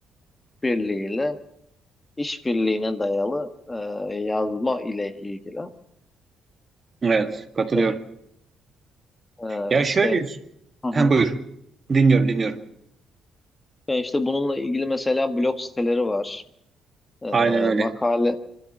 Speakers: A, on the left; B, on the right.
A: birliğiyle işbirliğine dayalı e, yazma ile ilgili.
B: Evet, katılıyorum.
A: E, e,
B: Ya
A: işte
B: şöyle,
A: hı hı.
B: ha, buyur. Dinliyorum, dinliyorum.
A: Yani işte bununla ilgili mesela blog siteleri var. E,
B: Aynen öyle.
A: makale